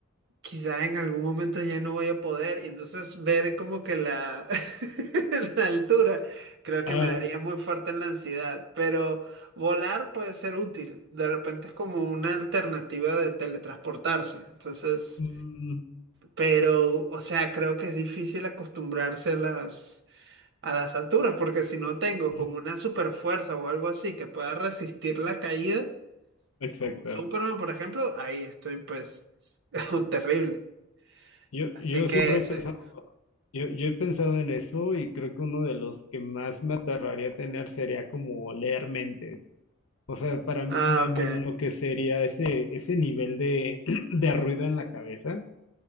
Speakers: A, on the right; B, on the left.
A: quizá en algún momento ya no voy a poder y entonces ver como que la, <laughs> la altura creo que
B: Ah,
A: me daría muy fuerte en la ansiedad, pero volar puede ser útil, de repente es como una alternativa de teletransportarse, entonces,
B: mm,
A: pero, o sea, creo que es difícil acostumbrarse a las, a las alturas porque si no tengo
B: ujú,
A: como una super fuerza o algo así que pueda resistir la caída.
B: exacto.
A: Como Superman, por ejemplo, ahí estoy pues <laughs> terrible.
B: Yo,
A: Así
B: yo
A: que
B: siempre
A: ese.
B: he pensado, yo, yo he pensado en eso y creo que uno de los que más me aterraría tener sería como leer mentes. O sea, para mí
A: Ah,
B: me,
A: ok,
B: me enloquecería ese, ese nivel de, <clears throat> de ruido en la cabeza,